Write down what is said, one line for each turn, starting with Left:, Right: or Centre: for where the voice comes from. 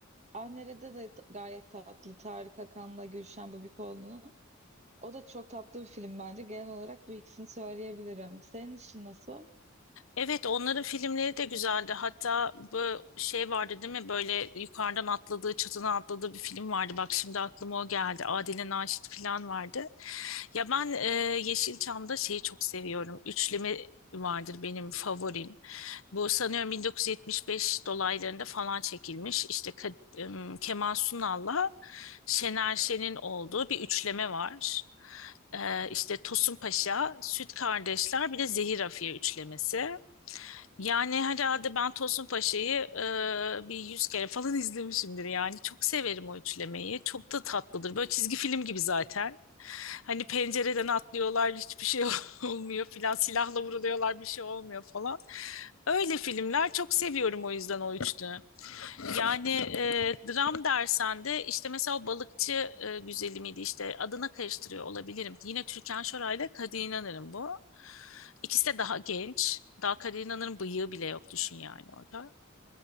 Right: Ah Nere'de de t- gayet tatlı Tarık Akan'la Gülşen Bubikoğlu'nun. O da çok tatlı bir film bence. Genel olarak bu ikisini söyleyebilirim. Senin için nasıl?
Left: Evet onların filmleri de güzeldi. Hatta bu şey vardı değil mi? Böyle yukarıdan atladığı, çatına atladığı bir film vardı. Bak şimdi aklıma o geldi. Adile Naşit falan vardı. Ya ben e, Yeşilçam'da şeyi çok seviyorum. Üçleme vardır benim favorim. Bu sanıyorum 1975 dolaylarında falan çekilmiş. İşte Ka- em, Kemal Sunal'la Şener Şen'in olduğu bir üçleme var. Ee, işte Tosun Paşa, Süt Kardeşler bir de Zehir Afiye üçlemesi. Yani herhalde ben Tosun Paşa'yı e, bir yüz kere falan <laughs> izlemişimdir yani. Çok severim o üçlemeyi. Çok da tatlıdır. Böyle çizgi film gibi zaten. Hani pencereden atlıyorlar hiçbir şey <laughs> olmuyor filan. Silahla vuruluyorlar bir şey olmuyor falan. Öyle filmler çok seviyorum o yüzden o üçlü. Yani e, dram dersen de işte mesela o balıkçı e, güzeli miydi işte adına karıştırıyor olabilirim. Yine Türkan Şoray ile Kadir İnanır'ın bu. İkisi de daha genç. Daha Kadir İnanır'ın bıyığı bile yok düşün yani orada.